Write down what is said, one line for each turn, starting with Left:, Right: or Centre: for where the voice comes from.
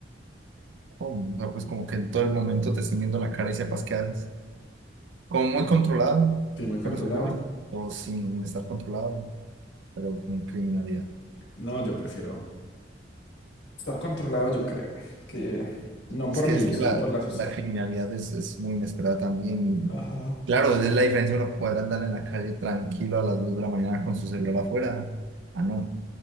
Right: Oh, o sea, pues como que en todo el momento te estén viendo la cara y sepas qué haces. Como muy
Left: Sí.
Right: controlado,
Left: Sí, muy controlado.
Right: pero seguro. O sin estar controlado, pero con criminalidad.
Left: No, yo prefiero. Estar controlado, yo creo. Que no por
Right: Es que
Left: mí,
Right: es que
Left: sino
Right: la,
Left: por la sociedad.
Right: la criminalidad es, es muy inesperada también.
Left: Ajá.
Right: Claro, es la diferencia de uno poder andar en la calle tranquilo a las 2 de la mañana con su celular afuera. Ah, no.